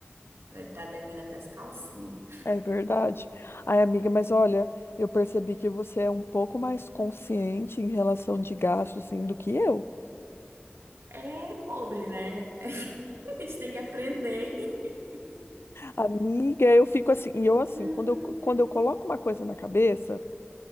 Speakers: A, on the right (about 80°); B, on the left (about 65°).
A: vai estar devendo até as calcinhas.
B: É verdade. Ai, amiga, mas olha, eu percebi que você é um pouco mais consciente em relação de gastos, assim, do que eu.
A: É pobre, né? <laughs> A gente tem que aprender. <laughs>
B: Amiga, eu fico assim, e eu assim,
A: Hum,
B: quando eu, quando eu coloco uma coisa na cabeça,